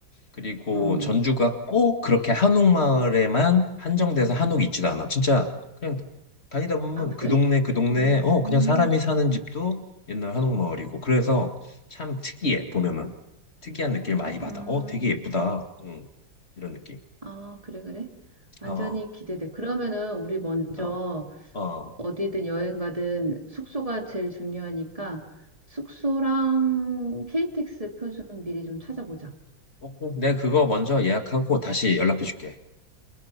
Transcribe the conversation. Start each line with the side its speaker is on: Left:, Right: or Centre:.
Left: 그리고
Right: 어,
Left: 전주가 꼭 그렇게 한옥마을에만 한정돼서 한옥이 있지도 않아. 진짜 그냥 다니다 보면
Right: 아 그래?
Left: 그 동네 그 동네에
Right: 음,
Left: 어 그냥 사람이 사는 집도 옛날 한옥마을이고 그래서 참 특이해 보면은 특이한 느낌을 많이 받아.
Right: 음,
Left: 어 되게 예쁘다. 음, 이런 느낌.
Right: 아 그래 그래. 완전히
Left: 어,
Right: 기대돼. 그러면은 우리 먼저
Left: 어, 어.
Right: 어디든 여행 가든 숙소가 제일 중요하니까 숙소랑 KTX 표 좀 미리 좀 찾아보자.
Left: 어, 꼭 내가 그거 먼저 예약하고 다시 연락해 줄게.